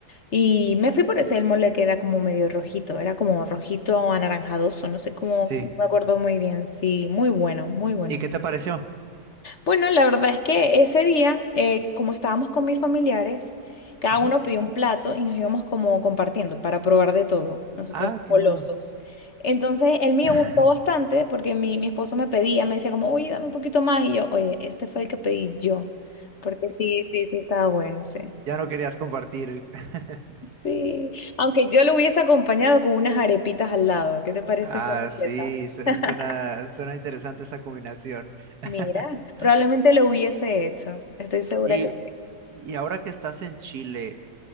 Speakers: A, on the left; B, on the right.
A: Y me fui por ese el mole que era como medio rojito, era como rojito anaranjadoso, no sé cómo,
B: Sí.
A: no me acuerdo muy bien. Sí, muy bueno, muy bueno.
B: ¿Y qué te pareció?
A: Bueno, la verdad es que ese día, eh, como estábamos con mis familiares, cada
B: Ujú.
A: uno pidió un plato y nos íbamos como compartiendo para probar de todo, nosotros
B: Ah, qué
A: golosos.
B: bueno.
A: Entonces, el mío
B: <laughs>
A: gustó bastante porque mi, mi esposo me pedía, me decía como, oye, dame un poquito más. Y yo, oye, este fue el que pedí yo, porque sí, sí, sí, estaba bueno, sí.
B: Ya no querías compartir. <laughs>
A: Sí, aunque yo lo hubiese acompañado con unas arepitas al lado. ¿Qué te parece
B: Ah,
A: esa
B: sí,
A: receta?
B: su-
A: <laughs>
B: suena, suena interesante esa combinación. <laughs>
A: Mira, probablemente lo hubiese hecho. Estoy segura
B: Y,
A: que...
B: y ahora que estás en Chile,